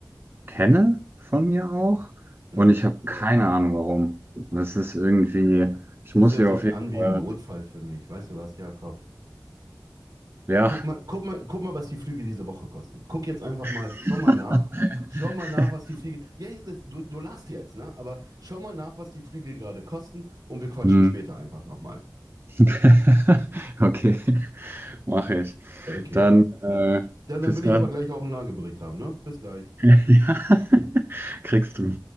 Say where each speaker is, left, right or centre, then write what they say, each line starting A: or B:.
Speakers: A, on the right; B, on the right.
A: kenne von mir auch.
B: Mhm.
A: Und ich habe keine Ahnung, warum. Das ist irgendwie, ich
B: Das
A: muss
B: hört
A: hier
B: sich
A: auf jeden
B: an wie
A: Fall,
B: ein Notfall für mich. Weißt du was, Jakob?
A: ja.
B: Guck mal, guck mal, guck mal, was die Flüge diese Woche kosten. Guck jetzt einfach mal,
A: <laughs>
B: schau mal nach. Schau mal nach, was die Flüge. Ja, ja, das, du, du lachst jetzt, ne? Aber schau mal nach, was die Flüge gerade kosten und wir quatschen
A: Hm.
B: später einfach nochmal.
A: <laughs> Okay, mache ich.
B: Okay.
A: Dann äh,
B: Dann, dann
A: bis
B: will
A: dann.
B: ich aber gleich auch einen Lagebericht haben, ne? Bis gleich.
A: <laughs> Ja, kriegst du.